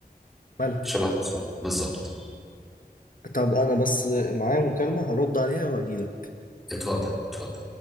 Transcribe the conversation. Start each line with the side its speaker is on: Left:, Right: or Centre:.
Left: مالها
Centre: شبه بالظبط بالظبط.
Left: طب انا بس معايا مكالمة هرد عليها واجيلك
Centre: اتفضل اتفضل